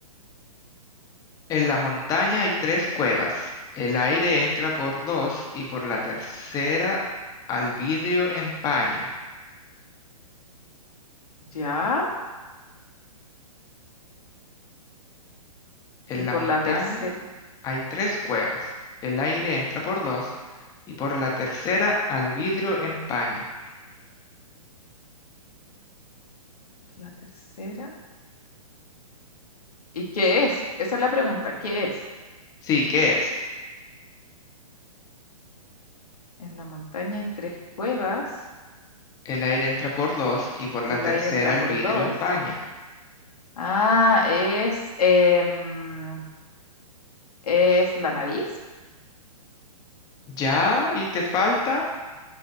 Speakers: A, on the left; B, on the left.
A: en la montaña hay tres cuevas. El aire entra por dos y por la tercera al vidrio empaña.
B: ya.
A: En
B: Y por
A: la montaña
B: la tercera,
A: hay tres cuevas. El aire entra por dos y por la tercera al vidrio empaña.
B: la tercera. ¿Y qué es? Esa es la pregunta. ¿Qué es?
A: Sí, ¿qué es?
B: En la montaña hay tres cuevas.
A: El aire entra por dos y por la
B: El
A: tercera
B: aire entra
A: al
B: por
A: vidrio
B: dos.
A: empaña.
B: Ah, es. em, Es la nariz,
A: ¿Ya? ¿Y te falta?